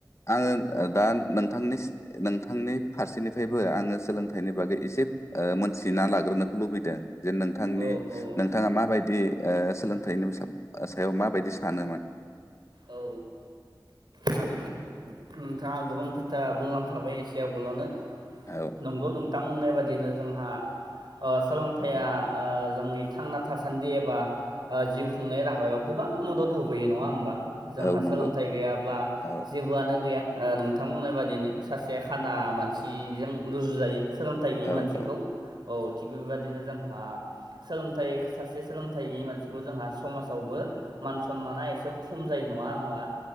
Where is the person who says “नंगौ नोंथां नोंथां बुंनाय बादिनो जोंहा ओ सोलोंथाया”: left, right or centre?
Right